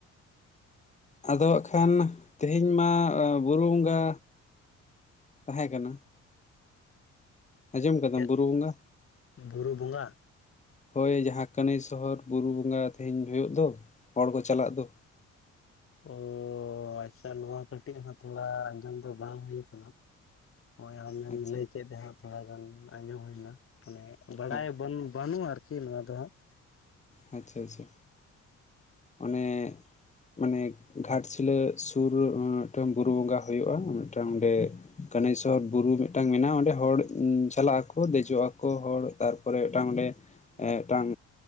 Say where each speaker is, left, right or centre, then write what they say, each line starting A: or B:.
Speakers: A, on the left (about 25°); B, on the left (about 45°).
A: ᱟᱫᱚ ᱦᱟᱸᱜ ᱠᱷᱟᱱ ᱛᱮᱦᱮᱧ ᱢᱟ ᱵᱩᱨᱩ ᱵᱚᱸᱜᱟ ᱛᱟᱦᱮᱸ ᱠᱟᱱᱟ ᱟᱡᱚᱢ ᱠᱟᱫᱟᱢ
B: ᱪᱮᱫ
A: ᱵᱩᱨᱩ ᱵᱚᱸᱜᱟ
B: ᱵᱩᱨᱩ ᱵᱚᱸᱜᱟ
A: ᱦᱳᱭ ᱡᱟᱦᱟᱸ ᱠᱟᱹᱱᱟᱹᱭ ᱥᱚᱦᱚᱨ ᱵᱩᱨᱩ ᱵᱚᱸᱜᱟ ᱛᱮᱦᱮᱧ ᱦᱩᱭᱩᱜ ᱫᱚ ᱦᱚᱲ ᱠᱚ ᱪᱟᱞᱟᱜ ᱫᱚ
B: ᱚ ᱟᱪᱪᱷᱟ ᱱᱚᱣᱟ ᱠᱟᱹᱴᱤᱡ ᱦᱚᱸ ᱛᱷᱚᱲᱟ ᱟᱸᱡᱚᱢ ᱫᱚ ᱵᱟᱝ ᱦᱩᱭ ᱟᱠᱟᱱᱟ ᱦᱚᱸᱚᱭ ᱟᱢᱮᱢ
A: ᱟᱪᱪᱷᱟ
B: ᱞᱟᱹᱭ ᱠᱮᱫ ᱦᱜ ᱛᱷᱚᱲᱟ ᱜᱟᱱ ᱟᱸᱡᱚᱢ ᱦᱩᱭᱱᱟ ᱢᱟᱱᱮ ᱵᱟᱲᱟᱭ
A: ᱦᱳᱭ
B: ᱵᱟᱹᱱᱩᱜ-ᱟ ᱟᱨᱠᱤ ᱱᱚᱣᱟ ᱫᱚ ᱦᱟᱸᱜ
A: ᱟᱪᱪᱷᱟ ᱟᱪᱪᱷᱟ ᱚᱱᱮ ᱢᱟᱱᱮ ᱜᱷᱟᱴᱥᱤᱞᱟᱹ ᱥᱩᱨ ᱢᱤᱫᱴᱟᱝ ᱵᱩᱨᱩ ᱵᱚᱸᱜᱟ ᱦᱩᱭᱩᱜ-ᱟ ᱢᱤᱫᱴᱟᱝ ᱚᱸᱰᱮ ᱠᱟᱱᱟᱭ ᱥᱚᱦᱚᱨ ᱵᱩᱨᱩ ᱢᱤᱫᱴᱟᱝ ᱢᱮᱱᱟᱜᱼᱟ ᱚᱸᱰᱮ ᱦᱚᱲ ᱪᱟᱞᱟᱜ ᱟᱠᱚ ᱫᱮᱡᱚᱜ ᱟᱠᱚ ᱦᱚᱲ ᱯᱚᱨᱮ ᱢᱤᱫᱴᱟᱝ ᱚᱸᱰᱮ ᱢᱤᱫᱴᱟᱝ